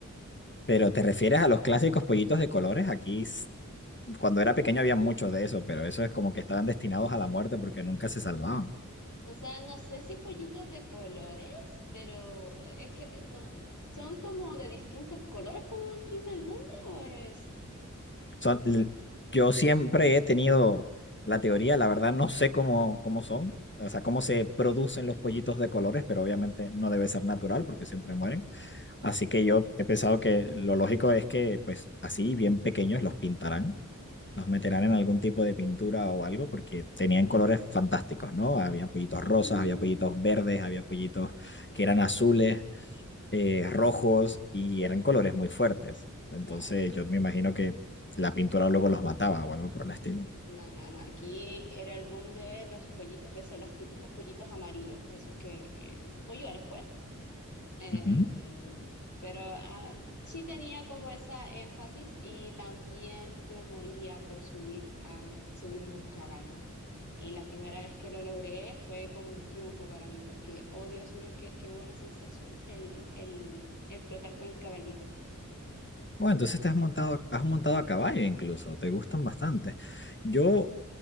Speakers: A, on the left (about 35°); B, on the left (about 65°).
A: Pero te refieres a los clásicos pollitos de colores. Aquí, s- cuando era pequeño había muchos de esos, pero eso es como que estaban destinados a la muerte porque nunca se salvaban.
B: O sea, no sé si pollitos de colores, pero es que no, son como de distintos colores, como dice el nombre, o es.
A: Son, l- yo siempre he tenido la teoría, la verdad no sé cómo, cómo son, o sea, cómo se producen los pollitos de colores, pero obviamente no debe ser natural porque siempre mueren. Así que yo he pensado que lo lógico es que, pues así, bien pequeños, los pintarán los meterán en algún tipo de pintura o algo, porque tenían colores fantásticos, ¿no? Había pollitos
B: Mm,
A: rosas, había pollitos verdes, había pollitos que eran azules, eh, rojos, y eran colores muy fuertes. Entonces
B: no,
A: yo me imagino que la pintura luego los mataba o algo por el estilo.
B: no, no, no. Aquí era el boom de los pollitos de esos, los típicos pollitos amarillos, esos que, que polluelos, pues. Em,
A: Ujú.
B: pero ah, sí tenía como esa énfasis y también yo moría por subir a me- subirme a un caballo. Y la primera vez que lo logré fue como un triunfo para mí, porque, oh Dios mío, qué, qué buena sensación el, el, el trotar con un caballito.
A: Bueno, entonces te has montado, has montado a caballo incluso, te gustan bastante. Yo,